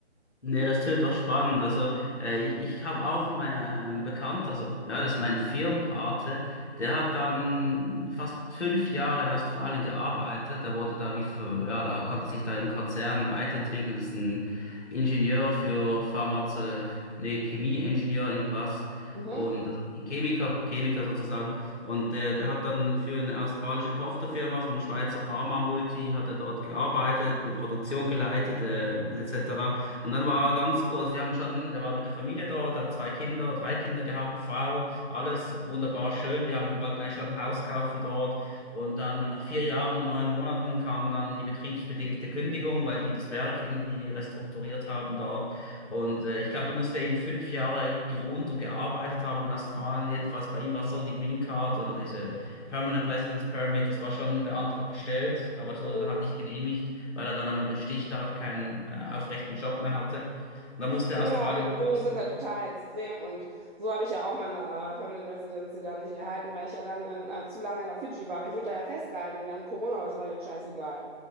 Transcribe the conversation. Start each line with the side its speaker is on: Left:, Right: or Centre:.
Centre: Nee, das tönt doch spannend. Also, äh, ich, ich habe auch mein ähm, Bekannt, also ja, das ist mein Firmenpate, der hat dann fast fünf Jahre in Australien gearbeitet. Der wurde da wie für, ja, da konnte sich da im Konzern weiterentwickeln. Das ist ein Ingenieur für Pharmaze, nee, Chemieingenieur, irgendwas.
Right: Mhm.
Centre: Und also Chemiker, Chemiker sozusagen. Und der, der hat dann für eine australische Tochterfirma vom Schweizer Pharma-Multi, hat er dort gearbeitet, eine Produktion geleitet, äh, und etc. Und dann war er ganz kurz, die haben schon, der war mit der Familie dort, hat zwei Kinder, drei Kinder gehabt, Frau, alles wunderbar schön. Die haben, wollten eigentlich schon ein Haus kaufen dort. Und dann nach vier Jahren und neun Monaten kam dann die betriebsbedingte Kündigung, weil die das Werk irgendwie restrukturiert haben dort. Und äh, ich glaube, du musst ja eben fünf Jahre gewohnt und gearbeitet haben in Australien. Jedenfalls bei ihm war es so, die Green Card oder diese Permanent Residence Permit, das war schon der Antrag gestellt, aber das wurde
Right: Mhm.
Centre: dann halt nicht genehmigt weil er dann am Stichtag keinen äh, aufrechten Job mehr hatte. Und da musste
Right: Genau,
Centre: Australien
Right: die Bedingungen
Centre: verlassen.
Right: sind da total extrem und so habe ich ja auch meine äh, Permanent Residency dann nicht erhalten, weil ich ja dann an, äh, zu lange in der Fidschi war. Aber ich wurde da ja festgehalten während Corona, aber es war denen scheißegal.